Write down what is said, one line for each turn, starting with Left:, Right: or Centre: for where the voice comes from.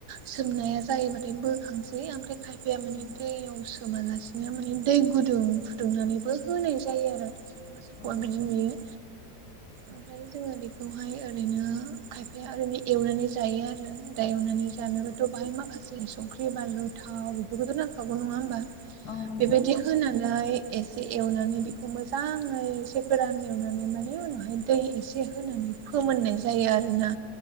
Right: सोमनाया जायोबाथाय बोखांसै ओमफ्राय खायफाया माने
Left: नंगौ
Right: दैयाव सोमालासिनो माने दै गुदुं फुदुंनानैबो होनाय जायो आरो एबा सोरखौनो
Left: नंगौ
Right: बिदि नुयो ओमफ्राय जोङो बेखौहाय ओरैनो खायफाया ओरैनो एवनानै जायो आरो दा एवनानै जानोबाथ' बाहाय माखासे संख्रि, बानलु, थाव बेखौथ' नांखागौ नङा होमबा
Left: औ नंगौ
Right: बेबायदि होनानै एसे एवनानै बेखौ मोजाङै एसे गोरान एवनानै माने उनावहाय दै एसे होनानै फोमोननाय जायो आरोना